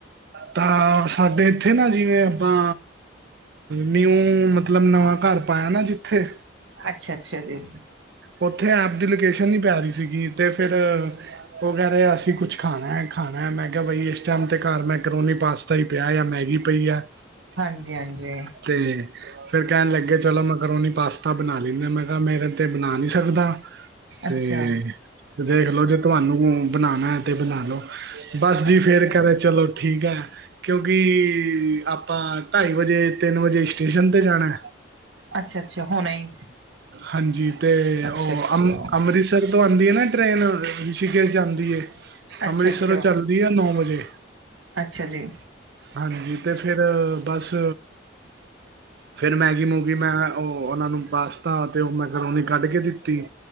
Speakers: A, on the right; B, on the right.
A: ਤਾਂ ਸਾਡੇ ਇੱਥੇ ਨਾ ਜਿਵੇਂ ਆਪਾਂ, ਨਿਊ ਮਤਲਬ ਨਵਾਂ ਘਰ ਪਾਇਆ ਨਾ ਜਿੱਥੇ।
B: ਅੱਛਾ-ਅੱਛਾ, ਜੀ।
A: ਉੱਥੇ ਆਪ ਦੀ ਲੋਕੇਸ਼ਨ ਨੀ ਪੈ ਰਹੀ ਸੀਗੀ, ਤੇ ਫਿਰ ਉਹ ਕਹਿ ਰਹੇ, ਅਸੀਂ ਕੁਛ ਖਾਣਾ ਖਾਣਾ, ਮੈਂ ਕਿਹਾ ਬਈ ਇਸ ਟਾਈਮ, ਤੇ ਘਰ ਮੈਂ ਕਰੋ ਨ ਪਾਸ ਉੱਥ, ਹੀ ਪਿਆ ਜਾਂ ਮੈਗੀ ਪਈ ਆ।
B: ਹਾਂਜੀ, ਹਾਂਜੀ
A: ਤੇ ਫੇਰ, ਕਹਿਣ ਲੱਗੇ ਚਲੋ ਮੈਂਕਰੋਨੀ, ਪਾਸਤਾ ਬਣਾ ਲੈਂਦੇ, ਮੈਂ ਕਿਹਾ ਮੇਰੇ ਤੇ ਬਣਾ ਨੀ ਸਕਦਾ ਤੇ
B: ਅੱਛਾ
A: ਦੇਖ ਲੋ ਜੇ ਤੁਹਾਨੂੰ ਬਣਾਉਣਾ ਹੈ, ਤੇ ਬਣਾ ਲਓ। ਬਸ, ਜੀ
B: ਅੱਛਾ ਅੱਛਾ
A: ਫੇਰ ਕਹਦੇ ਚਲੋ। ਠੀਕ ਹੈ, ਕਿਉਂਕਿ, ਆਪਾਂ ਢਾਈ ਵਜੇ ਤਿੰਨ ਵਜੇ ਸਟੇਸ਼ਨ, ਤੇ ਜਾਣਾ।
B: ਅੱਛਾ, ਅੱਛਾ, ਹੋਣਾ ਹੀ।
A: ਹਾਂਜੀ, ਤੇ ਉਹ
B: ਅੱਛਾ ਅੱਛਾ
A: ਅਮ ਅੰਮ੍ਰਿ ਅੰਮ੍ਰਿਤਸਰ ਤੋਂ ਆਉਂਦੀ ਹੈ, ਨਾ ਟ੍ਰੇਨ ਰਿਸ਼ੀਕੇਸ਼ ਜਾਂਦੀ,
B: ਅੱਛਾ
A: ਅੰਮ੍ਰਿਤਸਰ
B: ਅੱਛਾ
A: ਤੋਂ ਚੱਲਦੀ ਹੈ, ਨੌ ਵਜੇ।
B: ਅੱਛਾ ਜੀ।
A: ਹਾਂਜੀ ਤੇ ਫੇਰ ਬਾੱਸ ਫੇਰ ਮੈਗੀ-ਮੂਗੀ ਮੈਂ ਓ, ਓਨਾਂ ਨੂੰ ਪਾਸਤਾ ਤੇ ਓ ਮੈਕਰੋਨੀ ਕਾੱਡ ਕੇ ਦਿੱਤੀ।